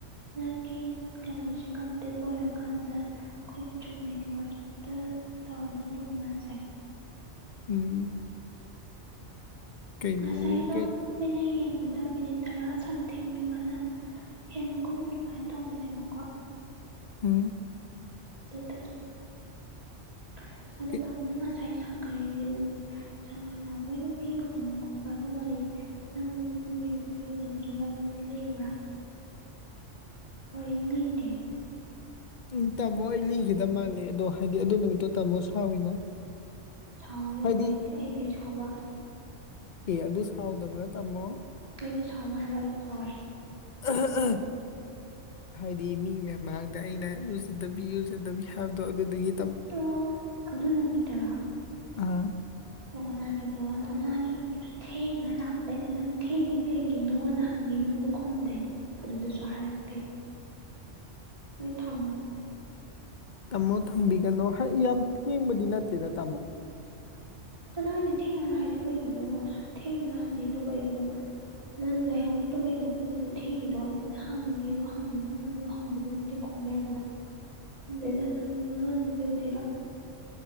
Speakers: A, on the right; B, on the left.
A: ꯅꯪꯒꯤ ꯀꯩꯅꯣꯁꯦ ꯀꯝꯄ꯭ꯂꯤꯠ ꯑꯣꯏꯔꯀꯥꯟꯗ ꯑꯩꯈꯣꯏꯒꯤ ꯆꯨꯝꯅꯒꯤ ꯋꯥꯆꯞꯇ ꯇꯧꯔꯒ ꯇꯨꯝꯃꯁꯦ
B: ꯎꯝ ꯀꯩꯅꯣ
A: ꯉꯁꯥꯏꯗꯣ
B: ꯀꯩ
A: ꯑꯩꯅ ꯌꯦꯡ ꯗ ꯃꯤꯅꯤꯠ ꯇꯔꯥ ꯁꯝꯊꯤꯡ ꯑꯗꯨꯃꯥꯏꯅ ꯍꯦꯟꯒꯨꯝ ꯑꯗꯨꯃꯥꯏꯅ ꯇꯧꯕꯅꯦꯕꯀꯣ
B: ꯎꯝ
A: <unintelligible> ꯑꯗꯨ
B: ꯑꯦ
A: ꯇꯥꯝꯃꯣꯅ ꯉꯁꯥꯏ ꯉꯁꯥꯏ ꯁꯪꯒꯩ ꯁꯪꯒꯩ ꯅꯥꯎꯕꯒꯤ ꯅꯨꯄꯤ ꯎꯅꯕ ꯈꯣꯠꯄ ꯑꯗꯨ ꯅꯪ ꯅꯨꯄꯤ ꯎꯅꯕ ꯆꯠꯕ ꯑꯩꯉꯣꯟꯗ ꯂꯩꯕ꯭ꯔꯥ ꯋꯥꯔꯤ ꯂꯤꯗꯦ
B: ꯎꯝ ꯇꯝꯃꯣ ꯑꯩ ꯂꯤꯒꯤꯗꯕ ꯃꯥꯜꯂꯦ ꯑꯗꯣ ꯍꯥꯏꯗꯤ ꯑꯗꯨ ꯅꯨꯃꯤꯠꯇꯣ ꯇꯥꯝꯃꯣ ꯁꯥꯎꯋꯤꯅ
A: ꯁꯥꯎꯏ
B: ꯍꯥꯏꯗꯤ
A: ꯈꯣꯏꯗꯤ ꯑꯩ ꯁꯥꯎꯕ
B: ꯑꯦ ꯑꯗꯨ ꯁꯥꯎꯗꯕ꯭ꯔꯥ ꯇꯥꯃꯣ
A: ꯀꯩꯗ ꯁꯥꯎ ꯍꯥꯏꯔꯣ ꯑꯩ <unintelligible>
B: ꯑꯍ ꯑꯍ ꯍꯥꯏꯗꯤ ꯃꯤ ꯃꯌꯥꯝ ꯃꯥꯡꯗ ꯑꯩꯅ ꯏꯔꯨꯖꯗꯕꯤ ꯏꯔꯨꯖꯗꯕꯤ ꯍꯥꯏꯕꯗꯣ ꯑꯗꯨꯗꯒꯤ
A: ꯑꯣ ꯑꯗꯨ ꯅꯃꯤꯠ ꯇꯔꯥ
B: ꯑꯥ
A: ꯑꯣ ꯅꯥꯗꯨꯗꯣ ꯑꯅꯥꯟꯕ ꯅꯨꯃꯤꯠꯇꯣ ꯊꯦꯡꯅ ꯂꯥꯛꯄꯗꯩꯅ ꯅꯪ ꯊꯦꯡꯉꯤ ꯀꯩꯒꯤꯅꯣ ꯍꯪꯉꯤ ꯅꯪꯗꯨ ꯈꯨꯝꯗꯦ ꯑꯗꯨꯗꯁꯨ ꯍꯥꯏꯔꯛꯇꯦ ꯍꯣꯏ ꯊꯝꯃꯒꯦ
B: ꯇꯥꯝꯃꯣ ꯊꯝꯕꯤꯒꯅꯨ ꯍꯥꯏ ꯌꯥꯝ ꯊꯦꯡꯕꯗꯤ ꯅꯠꯇꯦꯗ ꯇꯥꯃꯣ
A: ꯀꯗꯥꯏꯗ ꯊꯦꯡꯅ ꯂꯥꯛꯏꯗꯣ ꯀꯩꯒꯤꯅꯣ ꯊꯦꯡꯅ ꯍꯜꯂꯛꯏꯗꯣ ꯀꯩꯒꯤꯅꯣ ꯅꯪ ꯂꯩꯍꯧꯔꯤꯗꯣ ꯀꯩꯒꯤꯅꯣ ꯈꯣꯠꯂꯤꯅꯣ ꯊꯦꯡꯉꯤꯗꯣꯅ ꯑꯩꯅ ꯍꯪꯉꯤ ꯑꯗꯣ ꯍꯪꯉꯤ ꯅꯪ ꯍꯪꯕꯗꯨꯗꯤ ꯈꯨꯝꯕ ꯌꯥꯏꯗꯅ ꯈꯨꯝꯗꯦꯅ ꯅꯪꯅ ꯂꯣꯟꯅ ꯅꯨꯄꯤ ꯎꯟꯅꯩꯔꯣ